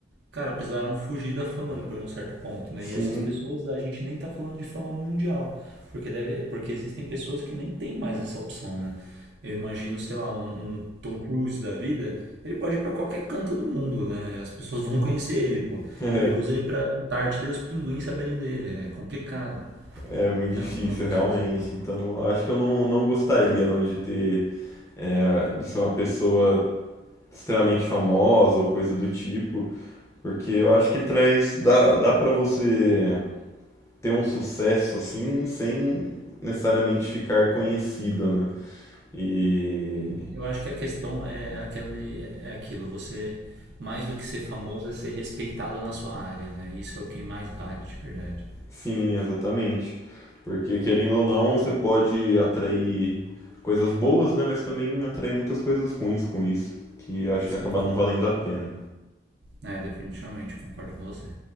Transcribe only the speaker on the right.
Cara, precisaram fugir da fama depois de um certo ponto, né?
E essas pessoas, a gente nem tá falando de fama mundial, porque deve, porque existem pessoas que nem têm mais essa opção, né? Eu imagino, sei lá, um, um Tom Cruise da vida, ele pode ir pra qualquer canto do mundo, né? As pessoas vão conhecer ele, pô.
Perigoso ele ir pra Antártida e os pinguins saberem dele, é complicado
pra,
pra uma pessoa
assim.
Eu acho que a questão é é aquele, é aquilo, você, mais do que ser famoso, é ser respeitado na sua área, né? Isso é o que mais vale, de verdade.
Sim.
É, definitivamente, concordo com você.